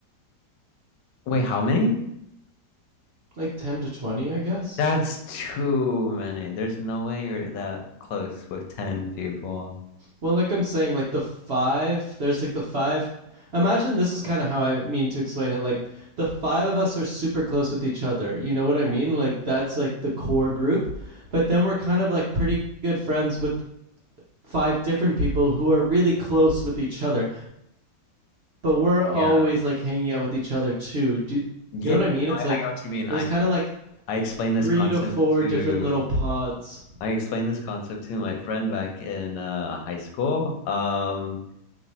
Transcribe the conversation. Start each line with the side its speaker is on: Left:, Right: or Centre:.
Left: Wait, how many?
Right: Like 10 to 20, I guess.
Left: That's too many. There's no way you're that close with 10 people.
Right: Well, like I'm saying, like the five, there's like the five. Imagine this is kind of how I mean to explain it. Like the five of us are super close with each other. You know
Left: Okay.
Right: what I mean? Like that's like the core group. But then we're kind of like pretty good friends with five different people who are really close with each other, but we're always
Left: Yeah.
Right: like hanging out with each other too. Do you
Left: Yeah,
Right: know what I mean?
Left: no,
Right: It's
Left: I,
Right: like
Left: I get what you mean. I
Right: it was kind of like
Left: I explained this
Right: three
Left: concept
Right: to four
Left: to
Right: different little pods.
Left: I explained this concept to my friend back in uh, high school. Um,